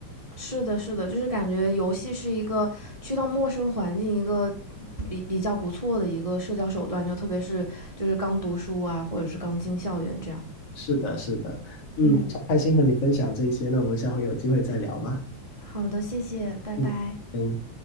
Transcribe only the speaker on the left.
是的，是的，嗯，
非常开心和你分享这些，那我们下回有机会再聊吧。
嗯，嗯，